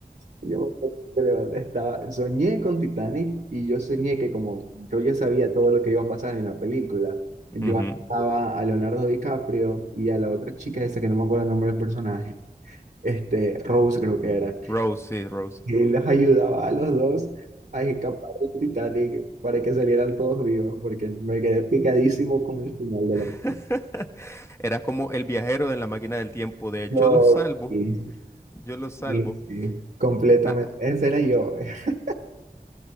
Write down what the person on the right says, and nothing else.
yo me levanté, estaba, soñé con Titanic y yo soñé que como yo ya sabía todo lo que iba a pasar en la película, yo
estaba a Leonardo DiCaprio y a la otra chica esa que no me acuerdo el nombre del personaje, este, Rose creo que era,
y los ayudaba a los dos a escapar del Titanic para que salieran todos vivos, porque me quedé picadísimo con el final de
la película.
Yo,
sí.
Sí, sí, completamente.
Ese era yo. <laughs>